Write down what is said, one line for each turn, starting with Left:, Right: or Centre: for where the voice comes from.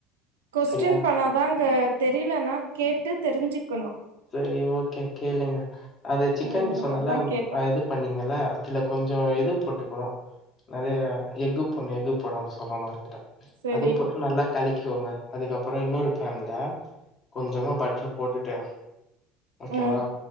Right: கொஸ்டி
Left: சரியா
Right: பண்ணா தாங்க தெரியலன்னா கேட்டு தெரிஞ்சுக்கணு
Left: சேரி ஓகே கேளுங்க அத சிக்கன்
Right: ம்
Left: சொன்ன
Right: அதா
Left: எல்லா
Right: கேட்டே
Left: அது பண்ணீங்க அதுல கொஞ்சோ ம் எது போட்டுக்கோ நிறைய எஃகு பொண்ணு எஃகு போடாம சொல்ல மாறந்துட்டே
Right: செரி
Left: அதுவு போட்டு நல்லா கலிக்கிக்கோங்க அதுக்கப்பறோ இன்னொரு பேன்ல கொஞ்சமா பட்டர் போட்டுட்டு ஓகேவா
Right: ம்